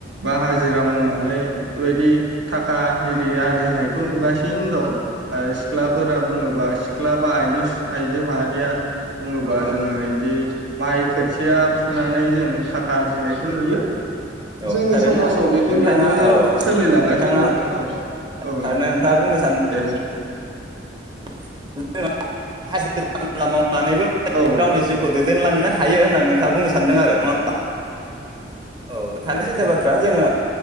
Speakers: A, on the right (about 85°); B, on the right (about 25°).
A: बा हाजिरा मावनानै बेफोरबायदि थाखा इरि आरजिनायखौ नुगासिनो दं आ सिख्लाफोरा बुङोबा सिख्ला बा आइजो आयजो मारिया बुङोबा
B: औ
A: जोङो इदि माइ खोथिया फुनानै जों थाखा आरजिनायखौ नुयो
B: औ
A: जोंनि
B: थारैनो
A: समाजाव बेफोरबायदिनो
B: नोंथाङा औ
A: सोलिलांगासिनो
B: नोंथाङा
A: दं नोंथां औ औ
B: थारैनो
A: नोंथां
B: नोंथाङा बुंनो
A: दे <inaudible>
B: <inaudible> सानैबो
A: औ
B: गावनि जिउखौ दैदेनलांनो हायो होननानै नोंथाङा बुंनो सानदों आरो नङा होमबा औ थानायानो सैथो बाथ्रा जोङो